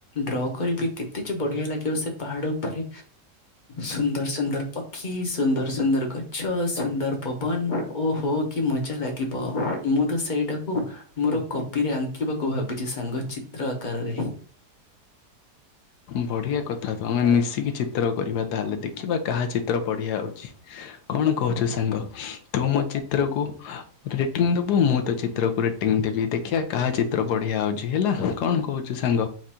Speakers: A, on the left (about 35°); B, on the left (about 75°).
A: ଡ୍ର କରିବି କେତେ ଯେ ବଢିଆ ଲାଗିବ ସେ ପାହାଡ଼ ଉପରେ। ସୁନ୍ଦର ସୁନ୍ଦର ପକ୍ କି ସୁନ୍ଦର ସୁନ୍ଦର ଗଛ ସୁନ୍ଦର ପବନ ଓ ହୋ କି ମଜା ଲାଗି ତ ମୁଁ ତ ସେଇଟାକୁ ମୋର କପିରେ ଆଙ୍କିବାକୁ ଭାବିଛି ସାଙ୍ଗ ଚିତ୍ର ଆକାରରେ।
B: ବଢିଆ କଥା ତ ଆମେ ମିଶିକି ଚିତ୍ର କରିବା ତାହେଲେ ଦେଖିବା କାହା ଚିତ୍ର ବଢିଆ ହଉଛି? କଣ କହୁଛୁ ସାଙ୍ଗ ତୁ ମୋ ଚିତ୍ରକୁ ରେଟିଂ ଦବୁ ମୁଁ ତ ଚିତ୍ରକୁ ରେଟିଂ ଦେବି ଦେଖିବା କାହା ଚିତ୍ର ବଢିଆ ହଉଛି ହେଲା। କଣ କହୁଛୁ ସାଙ୍ଗ